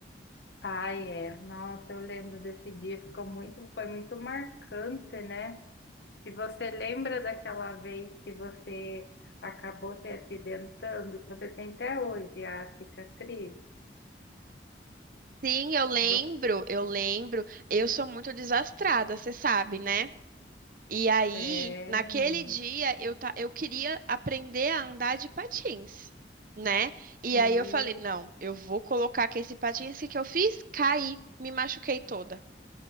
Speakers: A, on the left; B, on the right.
A: Ai, é. Nossa, eu lembro desse dia, ficou muito, foi muito marcante, né? Se você lembra daquela vez que você acabou se acidentando, que você tem até hoje a cicatriz,
B: Sim, eu lembro,
A: você,
B: eu lembro. Eu sou muito desastrada, você sabe, né? E aí,
A: é,
B: naquele
A: menino,
B: dia, eu, ta- eu queria aprender a andar de patins, né? E
A: e
B: aí eu falei, não, eu vou colocar que esse patins O que que eu fiz, caí, me machuquei toda.